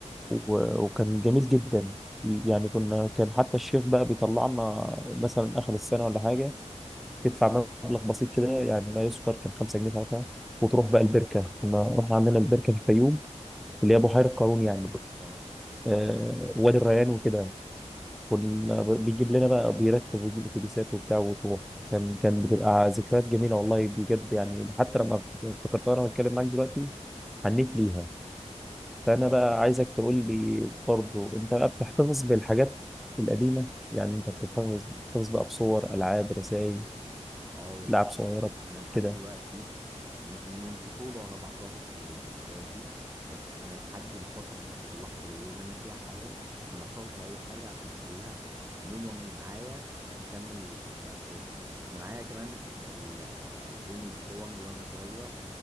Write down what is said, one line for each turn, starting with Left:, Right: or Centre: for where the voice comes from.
Centre: و- وكان جميل جدا يعني كنا كان حتى الشيخ بقى بيطلع لنا مثلا آخر السنة ولا حاجة تدفع مبلغ بسيط كده يعني لا يذكر كان 5 جنيه ساعتها وتروح بقى البركة كنا رحنا عندنا البركة في الفيوم اللي هي بحيرة قارون يعني
Right: اه
Centre: آه وادي الريان وكده كنا ب- بيجيب لنا بقى بيركب ويجيب أتوبيسات وبتاع وتروح كان كان بتبقى ذكريات جميلة والله بجد يعني حتى لما افتكرتها وأنا بتكلم معاك دلوقتي حنيت ليها فأنا بقى عايزك تقول لي برضو أنت بقى بتحتفظ بالحاجات القديمة يعني أنت بتحتفظ بتحتفظ بقى بصور ألعاب رسائل
Right: اه وال...
Centre: لعب صغيرة
Right: انا لحد
Centre: كده
Right: دلوقتي م- من الطفوله وانا بحتفظ بال... بالحاجات دي بس انا لحد الفتره اللحظه اللي انا فيها حاليا انا بحتفظ باي حاجه عشان اخليها ميموري معايا تكمل بعد كده انا معايا كمان الالبوم لصوري وانا صغير